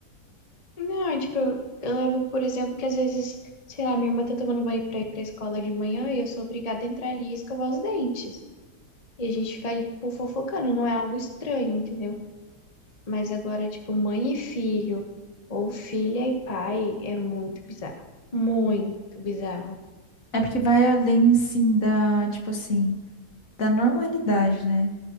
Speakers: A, on the left (about 25°); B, on the left (about 55°).
A: Não, é tipo, eu levo, por exemplo, que às vezes, sei lá, minha irmã tá tomando banho pra ir pra escola de manhã e eu sou obrigada a entrar ali e escovar os dentes. E a gente fica ali, tipo, fofocando, não é algo estranho, entendeu? Mas agora, tipo, mãe e filho, ou filha e pai, é muito bizarro. Muito bizarro.
B: É porque vai além, sim, da, tipo assim, da normalidade, né?